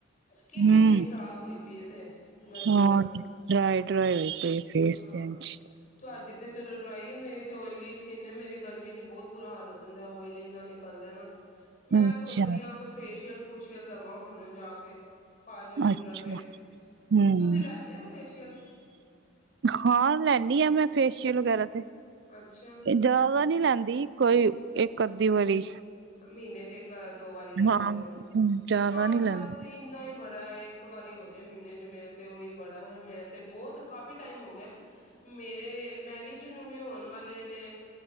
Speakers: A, on the left (about 40°); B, on the right (about 60°).
A: ਸਕਿਨ
B: ਹੂੰ
A: ਈ ਇੰਨੀ ਖ਼ਰਾਬ ਹੋਈ ਪਈ ਐ ਤੇ ਗਰਮੀ
B: ਹਾਂ
A: ਨਾਲ।
B: ਡਰਾਈ ਡਰਾਈ ਹੋਈ ਪਈ ਫੇਸ
A: ਹਾਂ
B: ਤੇ ਇੰਝ
A: ਤੁਹਾਡੀ ਤੇ ਚਲੋ ਡਰਾਈ ਮੇਰੀ ਤੇ ਓਇਲੀ ਸਕਿਨ ਐ ਮੇਰੀ ਗਰਮੀ ਬਹੁਤ ਬੁਰਾ ਹਾਲ ਹੋ ਜਾਂਦਾ ਹੈ, ਆਇਲ ਇੰਨਾਂ ਨਿਕਲਦਾ ਨਾ। ਮੈ
B: ਅੱਛਾ
A: ਸੋਚ ਰਹੀ ਹਾਂ ਕੋਈ ਫੇਸਿ ਫੇਸ਼ਇਲ ਫੂਸ਼ਇਲ ਲਵਾ ਹੁਨ ਜਾ ਕੇ ਪਾਰਲਰ ਪੁਰਲਰ
B: ਅੱਛਾ
A: ਤੇ
B: ਹੂੰ
A: ਤੁਸੀ ਲੈਂਦੇ ਹੋ ਫੇਸ਼ਇਲ
B: ਹਾਂ ਲੈਨੀ ਹਾਂ ਮੈ ਫੇਸ਼ਇਲ ਵਗੇਰਾ ਤੇ।
A: ਅੱਛਾ
B: ਜਿਆਦਾ ਨਹੀਂ ਲੈਂਦੀ ਦੀ ਕੋਈ ਇਕ ਅੱਧੀ ਵਾਰੀ
A: ਮਹੀਨੇਂ ਚ ਇ ਇਕ ਦੋ ਵਾਰੀ ਲੈਂਦੇ
B: ਹਾਂ
A: ਹੋਨੇ ਹੋ
B: ਜ਼ਿਆਦਾ
A: ਹਾ
B: ਨੀ ਲੈਂਦੀ
A: ਬਸ ਏਨਾ ਹੀ ਬੜਾ ਹੈ ਇਕ ਵਾਰੀ ਹੋ ਜਾਏ ਮਹੀਨੇਂ ਚ ਮੇਰੇ ਤੇ ਓਹੀ ਬੜਾ ਮੈਂ ਤੇ ਬਹੁਤ ਕਾਫੀ ਟਾਈਮ ਹੋ ਗਿਆ ਮੇਰੇ ਮੈਰਿਜ ਨੂੰ ਵੀ ਹੋਣ ਵਾਲੇ ਨੇ